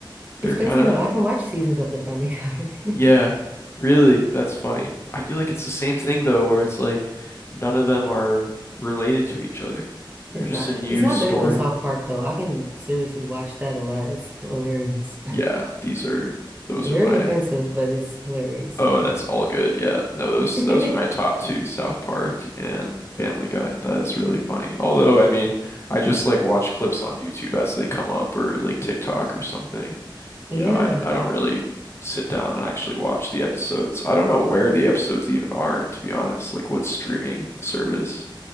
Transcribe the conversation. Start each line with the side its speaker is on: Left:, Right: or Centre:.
Left: They're
Right: It's crazy
Left: kind
Right: though. I
Left: of
Right: can watch seasons of The Family Guy. <laughs>
Left: yeah, really, that's funny. I feel like it's the same thing though, where it's like none of them are related to each other.
Right: It's
Left: They're just
Right: not,
Left: a new
Right: it's not
Left: story.
Right: better than South Park though. I can seriously watch that a lot. It's hilarious.
Left: Yeah, these are
Right: <laughs>
Left: those
Right: Very
Left: are my
Right: offensive, but it's hilarious.
Left: Oh, that's all good. Yeah. No, those
Right: <laughs>
Left: those are my top two, South Park and Family Guy. That is really funny. Although, I mean, I just like watch clips on YouTube as they come up or like TikTok or something.
Right: Yeah,
Left: You know, I, d- I don't really sit down and actually watch the episodes. I don't know where the episodes even are, to be honest. Like what streaming service?